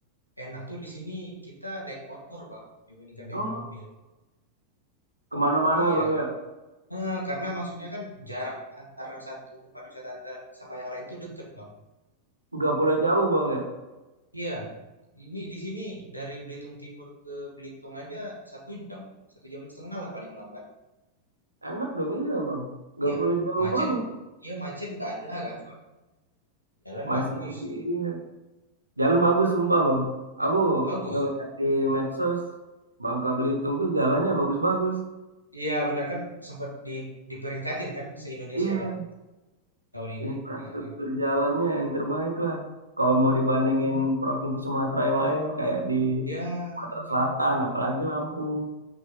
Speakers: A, on the left; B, on the right.
A: enak tuh di sini kita naik motor, Bang, dibandingkan naik
B: Oh
A: mobil.
B: kemana-mana
A: Iya.
B: bang ya.
A: Eh, karena maksudnya kan jarak antar satu tempat wisata antar sama yang lain tuh deket, Bang.
B: Nggak boleh jauh bang ya.
A: Iya. Ini di sini dari Belitung Timur ke Belitung aja satu jam, satu jam setengah lah paling lambat.
B: Enak dong iya bang. Nggak
A: Iya,
B: boleh jauh
A: macet
B: bang.
A: iya macet nggak ada kan soalnya. Jalan
B: Masih
A: bagus.
B: iya. Jalan bagus sumpah bang. Aku
A: Bagus.
B: ngeliat di medsos Bangka Belitung tuh jalannya bagus-bagus.
A: Iya benar kan sempat di diperingkatin kan se-Indonesia
B: Iya
A: kan di tahun ini.
B: infrastruktur
A: Heeh.
B: jalannya yang terbaik lah. Kalau mau dibandingin provinsi Sumatera yang lain, kayak di
A: Ya,
B: Sumatera Selatan, apalagi Lampung.